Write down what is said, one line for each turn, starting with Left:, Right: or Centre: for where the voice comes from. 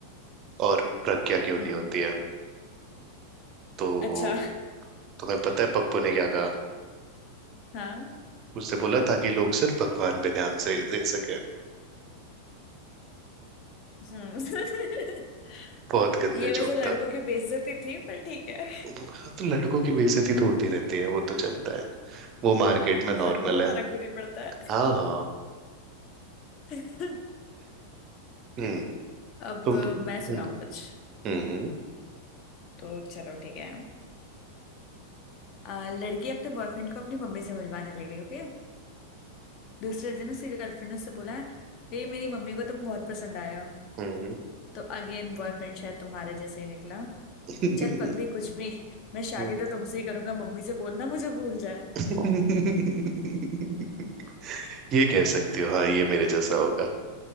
Right: और प्रज्ञा क्यों नहीं
Left: हम्म
Right: होती है तो
Left: अच्छा <laughs>
Right: तुम्हें पता है पप्पू ने क्या कहा
Left: हाँ
Right: उसने बोला ताकि लोग सिर्फ भगवान पे ध्यान से दे सके
Left: हम्म <laughs>
Right: बहुत गंदे
Left: ये वैसे
Right: जोक
Left: लड़कों
Right: था
Left: की बेइज्जती थी पर ठीक है
Right: हाँ, तो लड़कों की बेइज्जती तो होती रहती है वो तो चलता है वो मार्केट में नॉर्मल
Left: लड़कों को
Right: है
Left: फर्क भी नहीं पड़ता है
Right: हाँ हाँ
Left: <laughs>
Right: हम्म
Left: अब
Right: तुम हम्म
Left: मैं सुनाऊं कुछ
Right: हम्म
Left: तो चलो ठीक है आ, लड़की अपने बॉयफ्रेंड को अपनी मम्मी से मिलवाने ले गई ओके दूसरे दिन उसकी गर्लफ्रेंड ने उससे बोला ए मेरी मम्मी को तुम बहुत पसंद आए हो
Right: हम्म
Left: तो अगेन बॉयफ्रेंड शायद तुम्हारे जैसे ही निकला
Right: हम्म
Left: चल पगली कुछ भी मैं शादी
Right: <laughs>
Left: तो तुमसे ही करूंगा मम्मी से बोलना मुझे भूल जाए
Right: <laughs> ये कह सकती हो हाँ ये मेरे जैसा होगा